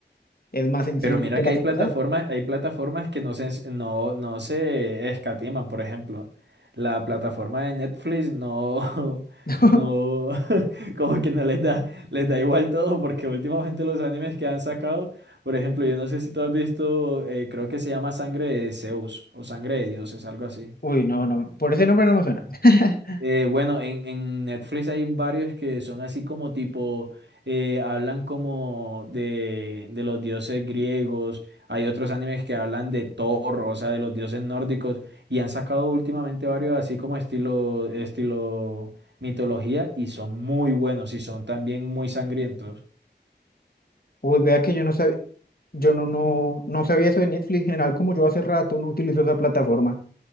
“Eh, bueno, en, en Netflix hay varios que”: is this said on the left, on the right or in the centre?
Right